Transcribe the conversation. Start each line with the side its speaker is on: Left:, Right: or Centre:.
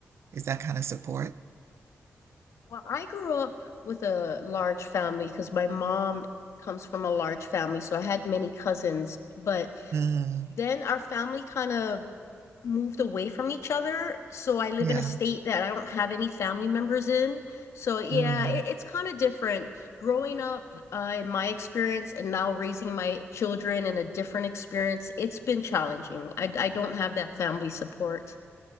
Right: Is that kind of support?
Left: Well, I grew up with a large family because my mom comes from a large family, so I had many cousins. But
Right: Mm,
Left: then our family kind of moved away from each other. So I live
Right: yeah.
Left: in a state that I don't have any family members in. So yeah,
Right: Mm,
Left: it, it's kind of different. Growing up uh, in my experience and now raising my children in a different experience, it's been challenging. I, I don't have that family support.